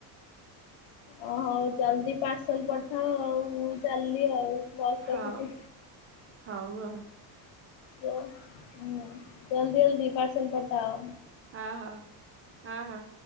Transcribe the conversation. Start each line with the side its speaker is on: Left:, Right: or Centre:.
Left: ଓ ହଉ ଜଲ୍ଦି ପାର୍ସଲ ପଠାଅ ଆଉ ମୁଁ ଚାଲଲି ଆଉ। ବସ୍
Right: ହଉ
Left: ପାଖକୁ।
Right: ହଉ ଆଉ।
Left: ହୁଁ ଜଲଦି ଜଲଦି ପାର୍ସଲ ପଟାଅ।
Right: ହଁ ହଁ ହଁ ହଁ।